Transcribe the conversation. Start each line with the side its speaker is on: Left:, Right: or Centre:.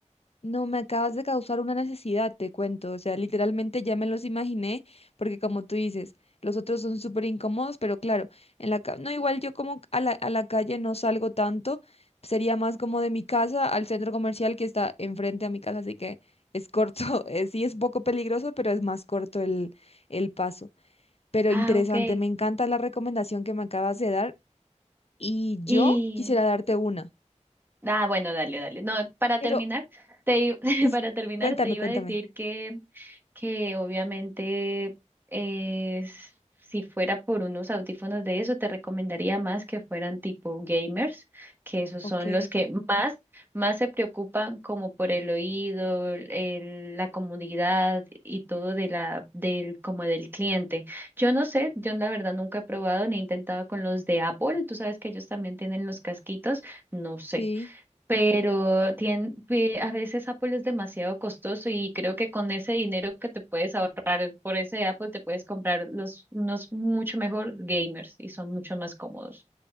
Left: No, me acabas de causar una necesidad, te cuento. O sea, literalmente ya me los imaginé, porque como tú dices, los otros son súper incómodos, pero claro, en la ca- no, igual yo como a la, a la calle no salgo tanto, sería más como de mi casa al centro comercial que está enfrente a mi casa, así que es corto, <laughs> eh, sí es poco peligroso, pero es más corto el, el paso. Pero
Right: Ah,
Left: interesante,
Right: ok.
Left: me encanta la recomendación que me acabas de dar y yo
Right: ¿Y,
Left: quisiera darte una,
Right: Ah, bueno, dale, dale. No, para
Left: pero
Right: terminar, te, i- <laughs>
Left: es-
Right: para terminar,
Left: cuéntame,
Right: te iba
Left: cuéntame.
Right: a decir que, que obviamente eh, s- si fuera por unos audífonos de eso, te recomendaría más que fueran tipo gamers, que esos
Left: Ok,
Right: son los que más, más se preocupan como por el oído, el- la comodidad y todo de la, del, como del cliente. Yo no sé, yo la verdad nunca he probado ni he intentado con los de Apple. Tú sabes que ellos también tienen los casquitos. No sé
Left: sí.
Right: pero tien- pe- a veces Apple es demasiado costoso y creo que con ese dinero que te puedes ahorrar por ese Apple te puedes comprar los unos mucho mejor gamers y son mucho más cómodos.